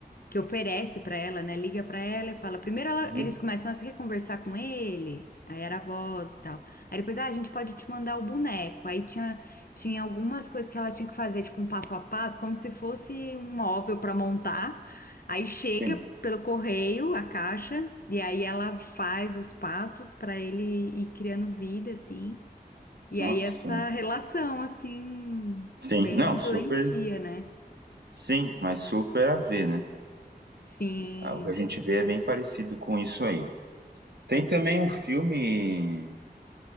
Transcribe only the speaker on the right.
uhum,
sim.
Nossa,
mano.
sim,
não, super,
sim, mas super a ver, né?
Ah, O que a gente vê é bem parecido com isso aí. Tem também um filme,